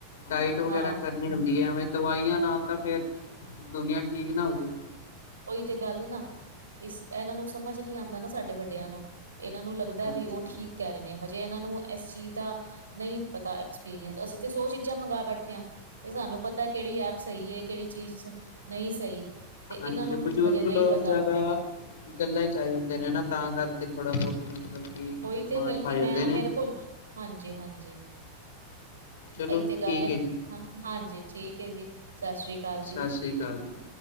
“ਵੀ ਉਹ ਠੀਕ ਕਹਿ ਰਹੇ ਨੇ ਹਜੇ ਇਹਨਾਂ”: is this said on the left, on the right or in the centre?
Right